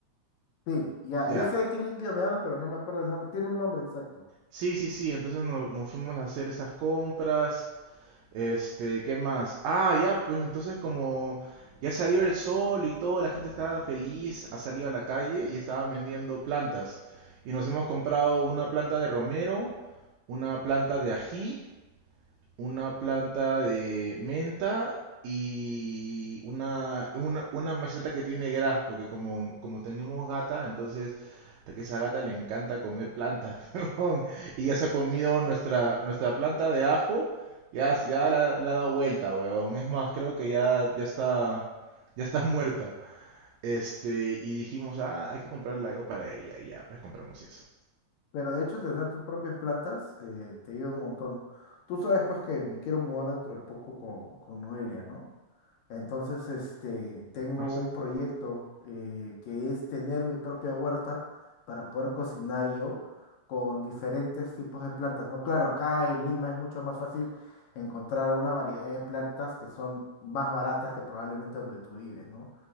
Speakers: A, on the left; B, on the right.
A: Sí, ya,
B: Ya.
A: ya sé de qué líquido me hablas, pero no me acuerdo el nombre. Tiene un nombre exacto.
B: Sí, sí, sí, entonces no- nos fuimos a hacer esas compras. Este, ¿qué más? Ah, ya, pues entonces como ya salió el sol y todo, la gente estaba feliz, ha salido a la calle y estaban vendiendo plantas. Y nos hemos comprado una planta de romero, una planta de ají. una planta de menta y una, una, una maceta que tiene gras, porque como, como tenemos gata, entonces hasta que esa gata le encanta comer plantas, <laughs> weón. Y ya se ha comido nuestra, nuestra planta de ajo, ya, ya la, la ha dado vuelta, weón. Es más, creo que ya, ya está, ya está muerta. Este, y dijimos, ah, hay que comprarle algo para ella, y ya, pues compramos eso.
A: Pero de hecho, tener tus propias plantas eh, te ayuda un montón. Tú sabes, pues, que me quiero mudar dentro de poco con, con Noelia, ¿no? Entonces, este, tengo
B: No lo sabía.
A: un proyecto eh, que es tener mi propia huerta para poder cocinar yo con diferentes tipos de plantas. No, claro, acá en Lima es mucho más fácil encontrar una variedad de plantas que son más baratas que probablemente donde tú vives, ¿no?